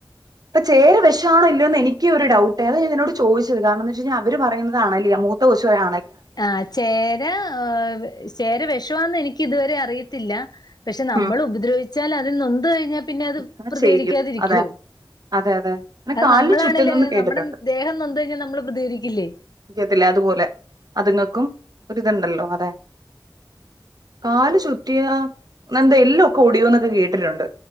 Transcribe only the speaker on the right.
അപ്പൊ ചേര വിഷമാണോ ഇല്ലോ എന്ന് എനിക്ക് ഒരു ഡൗട്ട് ഏതാ ഞാൻ എന്നോട് ചോദിച്ചത് കാരണം എന്താ വെച്ച് കഴിഞ്ഞാൽ അവര് പറയതണല്ല മൂത്ത കൊച്ചുുവരോ
ഉം
അങ്ങനെ
ചെയ്യും അതെ അതെ അതെ അങ്ങനെ
കാലില്
ചുറ്റുന്നെന്ന് കേട്ടിട്ടുണ്ട്
എനിക്കറിയത്തില്ല അതുപോലെ അതുങ്ങൾക്കും ഒരിതുണ്ടല്ലോ അതെ കാല് ചുറ്റിയ എന്താ എല്ലോഓടിയോന്നൊക്കെ കേട്ടിട്ടുണ്ട്